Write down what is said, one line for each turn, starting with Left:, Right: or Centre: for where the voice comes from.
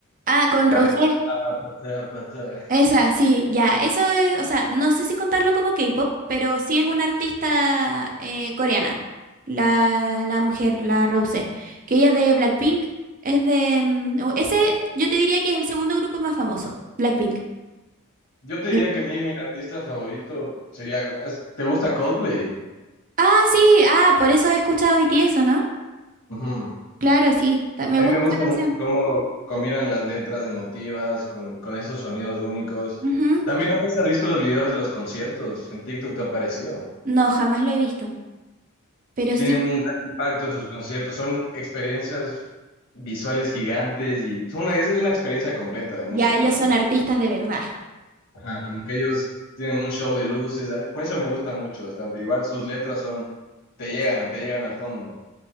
Right: Ah, con
Left: la
Right: Rosé.
Left: de... Ah, pata, pata.
Right: Esa, sí, ya. Eso es, o sea, no sé si contarlo como K-pop, pero sí es una artista eh, coreana. La, la mujer, la Rosé. Que ella es de Blackpink. Es de. mm, o- ese, yo te diría que es el segundo grupo más famoso, Blackpink.
Left: Yo te diría
Right: Sí.
Left: que a mí mi artista favorito sería... es- ¿Te gusta Coldplay?
Right: Ah, sí, ah, por eso he escuchado BTS, ¿o ¿no?
Left: Ujú.
Right: Claro, sí. ta- Me
Left: A
Right: gusta
Left: mí me gusta
Right: esa canción.
Left: mucho cómo combinan las letras emotivas con, con esos sonidos únicos.
Right: Ujú.
Left: También no sé si has visto los videos de los conciertos. En TikTok te ha parecido.
Right: No, jamás lo he visto. Pero
Left: Tienen
Right: sí,
Left: un gran impacto en sus conciertos. Son experiencias visuales gigantes y son una, es una experiencia completa de música.
Right: ya ellos
Left: en
Right: son
Left: los-
Right: artistas de verdad.
Left: ajá, como que ellos tienen un show de luces. A mí- por eso me gusta mucho bastante. Igual sus letras son... Te llegan, te llegan al fondo.